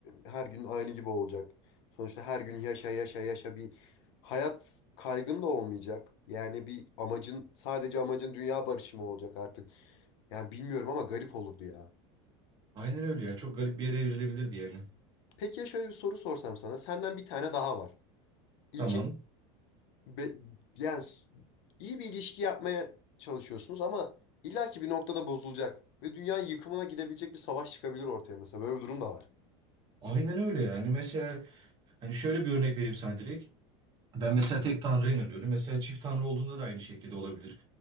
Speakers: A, on the left; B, on the right.
A: her gün aynı gibi olacak. Sonuçta her gün yaşa yaşa yaşa bir hayat kaygın da olmayacak. Yani bir amacın sadece amacın dünya barışı mı olacak artık? Yani bilmiyorum ama garip olurdu ya.
B: Aynen öyle ya çok garip bir yere evrilebilirdi yani.
A: Peki ya şöyle bir soru sorsam sana. Senden bir tane daha var. İkiniz
B: Tamam.
A: be- yani s- iyi bir ilişki yapmaya çalışıyorsunuz ama illaki bir noktada bozulacak. Ve dünyanın yıkımına gidebilecek bir savaş çıkabilir ortaya mesela. Böyle bir durum da var.
B: Aynen öyle yani mesela hani şöyle bir örnek vereyim sana direkt. Ben mesela tek tanrıya inanıyorum. Mesela çift tanrı olduğunda da aynı şekilde olabilir.